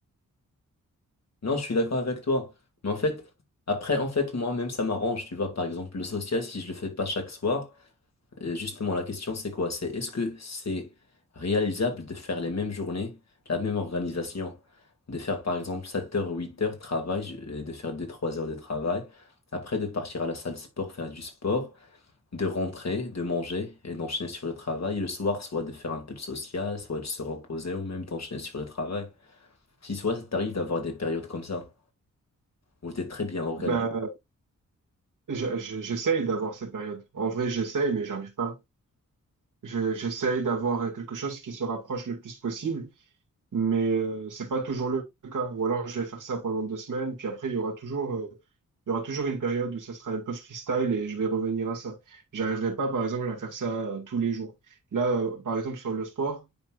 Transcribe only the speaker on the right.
Ben, je- je- j'essaye d'avoir ces périodes. En vrai, j'essaye, mais j'arrive pas. Je- j'essaye d'avoir euh, quelque chose qui se rapproche le plus possible. Mais euh, c'est pas toujours le cas. Ou alors je vais faire ça pendant deux semaines, puis après il y aura toujours, euh, il y aura toujours une période où ça sera un peu freestyle et je vais revenir à ça. J'arriverai pas, par exemple, à faire ça euh, tous les jours. Là, euh, par exemple, sur le sport,